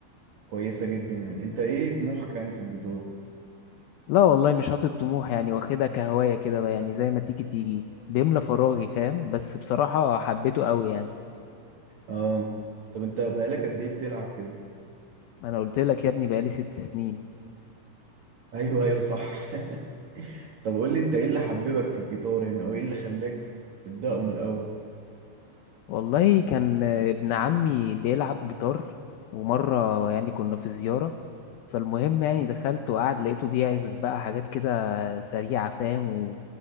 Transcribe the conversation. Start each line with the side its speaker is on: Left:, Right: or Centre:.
Right: كويسة جدا يعني انت ايه طموحك يعني في الجيتار
Left: لا والله مش حاطط طموح يعني واخدها كهواية كده بقى، يعني زي ما تيجي تيجي بيملى فراغي فاهم بس بصراحة حبيته قوي يعني
Right: اه طب انت بقالك قد ايه بتلعب كده
Left: انا قلت لك يا ابني بقالي ست سنين
Right: ايوه ايوه صح <laughs> طب قول لي انت ايه اللي حببك في الجيتار هنا او ايه اللي خلاك تبدأه من الاول
Left: والله كان آه، ابن عمي بيلعب جيتار ومرة يعني كنا في زيارة فالمهم يعني دخلت وقعد لقيته بيعزف بقى حاجات كده سريعة فاهم و...